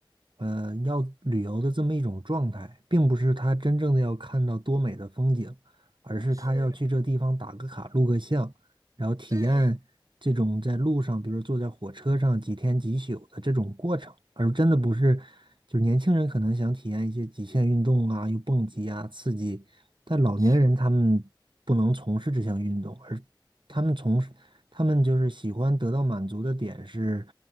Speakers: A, on the right; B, on the right.
A: 呃，要旅游的这么一种状态，并不是他真正的要看到多美的风景，而是他要去这地方打个卡、
B: 是，
A: 录个像，然后体验这种在路上，
B: 对，
A: 比如坐在火车上几天几宿的这种过程，而真的不是，就是年轻人可能想体验一些极限运动啊，又蹦极啊，刺激，但老年人他们不能从事这项运动，
B: 是的。
A: 而他们从事。他们就是喜欢得到满足的点是，